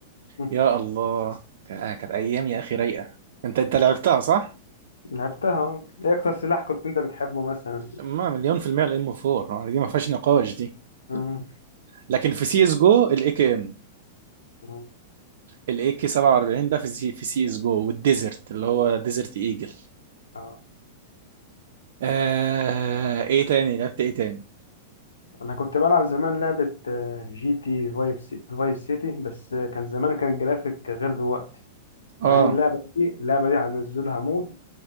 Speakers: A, on the left; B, on the right.
A: مم.
B: يا الله كان- آه، كانت ايام يا اخي رايقه انت انت لعبتها صح
A: لعبتها اه. ايه اكتر سلاح كنت انت بتحبه مثلا
B: ما مليون في المية الام 4 دي ما فيهاش نقاش دي
A: مم.
B: لكن في سي اس جو الاي كي ام
A: مم.
B: الاي كي 47 ده في سي في سي اس جو والديزرت اللي هو ديزرت ايجل
A: آه.
B: آه... ايه تاني لعبت ايه تاني
A: انا كنت بلعب زمان لعبه آه، جي تي فايف سي- فايس سيتي بس آه، كان زمان كان الجرافيك غير دلوقتي
B: اه
A: مع ان اللعبه دي اللعبه دي هنزلوا لها مود